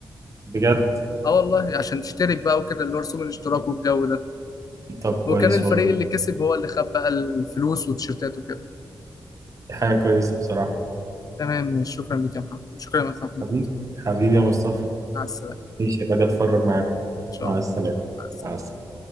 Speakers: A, on the right (about 45°); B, on the left (about 50°).
A: بجد
B: اه والله عشان تشترك بقى وكده اللي هو رسوم الاشتراك والجو ده
A: طب كويس
B: وكان الفريق
A: والله
B: اللي كسب هو اللي خد بقى الفلوس والتيشيرتات وكده
A: دي حاجة كويسة بصراحة
B: تمام شكرا لك يا محمد شكرا لك يا محمد
A: حبيبي حبيبي يا مصطفى
B: مع السلامه
A: ماشي باجي اتفرج معاكم
B: ان شاء
A: مع
B: الله
A: السلامة
B: مع السلامه
A: مع السلامة